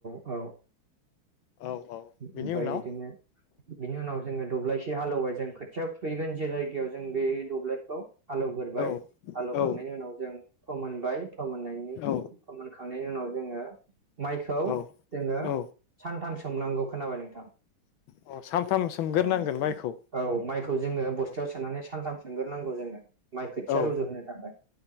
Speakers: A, on the right (about 45°); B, on the left (about 75°).
A: औ
B: अ औ औ
A: ओमफ्राय
B: बेनि उनाव
A: बिदिनो बिनि उनाव जोङो दब्लायसे हालेवबाय जों खोथिया फुहैगोन जे जायगायाव जों बे दब्लायखौ हालौग्रोबाय
B: औ
A: हालौखांनायनि
B: औ
A: उनाव जों फोमोनबाय फोमोननायनि
B: औ
A: फोमोनखांनायनि उनाव जोङो माइखौ
B: औ
A: जोङो
B: औ
A: सानथामसो सोमनांगौ खोनाबाय नोंथां?
B: अ सानथाम सोमगोरनांगोन
A: औ
B: माइखौ
A: औ माइखौ जोङो बस्थायाव
B: औ
A: सोनानै सानथाम सोमगोरनांगौ जोङो माइ खोथिया
B: औ
A: रज होनो थाखाय